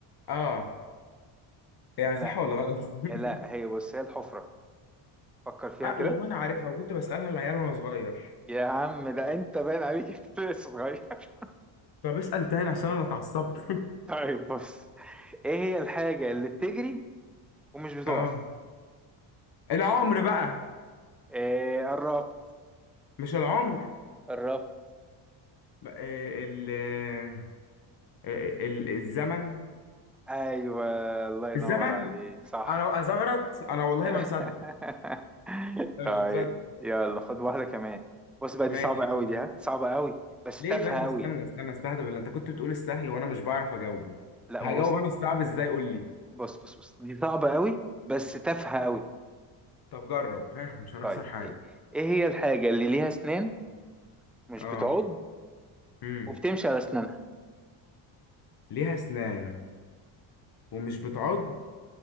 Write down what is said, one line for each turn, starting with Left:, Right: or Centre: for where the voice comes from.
Left: اه يعني
Centre: لا
Left: صح ولا غلط <laughs>
Centre: لا هي بص هي الحفرة فكر فيها
Left: اه
Centre: كده
Left: والله انا عارفها وكنت بسألها العيال وانا صغير
Centre: يا عم ده انت باين عليك <laughs> انت لسه صغير <laughs>
Left: طب اسأل تاني عشان انا اتعصبت
Centre: طيب بص ايه هي الحاجة اللي بتجري ومش
Left: <laughs>
Centre: بتقف
Left: اه العمر بقى
Centre: ايه قربت
Left: مش العمر
Centre: قربت
Left: ما- آه، ال آه، ال- الزمن
Centre: ايوه الله ينور
Left: الزمن
Centre: عليك صح
Left: انا ازغرط انا والله
Centre: <laughs>
Left: ما مصدق أنا
Centre: طيب
Left: مش مصدق
Centre: يلا خد واحدة كمان بص بقى
Left: ماشي
Centre: دي صعبة قوي
Left: قول
Centre: دي ها صعبة قوي بس
Left: ليه
Centre: تافهة
Left: بس
Centre: قوي
Left: استنى استنى استهدى بالله انت كنت بتقول السهل وانا مش بعرف اجاوبه
Centre: لا
Left: هجاوب
Centre: ما بص
Left: انا الصعب ازاي قول لي
Centre: بص بص بص دي صعبة قوي بس تافهة قوي
Left: طب جرب ها مش هنخسر
Centre: طيب
Left: حاجه
Centre: ايه إيه هي الحاجة اللي ليها اسنان مش
Left: اه
Centre: بتعض
Left: امم
Centre: وبتمشي على اسنانها
Left: ليها اسنان ومش بتعض